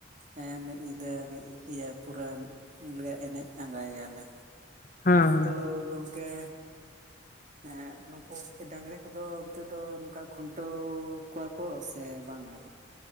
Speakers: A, on the right; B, on the left.
A: ᱦᱮᱸ ᱢᱤᱫ ᱧᱤᱫᱟᱹ ᱢᱤᱫ ᱤᱭᱟᱹ ᱯᱩᱨᱟᱹ ᱞᱮ ᱮᱱᱮᱡ ᱟᱸᱜᱟ ᱭᱟᱞᱮ᱾
B: ᱦᱮᱸ ᱦᱮᱸ
A: ᱛᱳᱻ ᱜᱚᱝᱠᱮ
B: <inaudible>
A: ᱦᱮᱸᱻᱜ ᱱᱩᱝᱠᱩᱠ ᱰᱟᱺᱜᱽᱨᱤ ᱠᱚᱫᱚ ᱚᱱᱛᱮ ᱫᱚ ᱱᱚᱝᱠᱟ ᱠᱷᱩᱱᱴᱟᱹᱣ ᱠᱚᱣᱟ ᱠᱚ ᱥᱮ ᱵᱟᱝ ᱜᱮ ᱱᱷᱟᱸᱜ?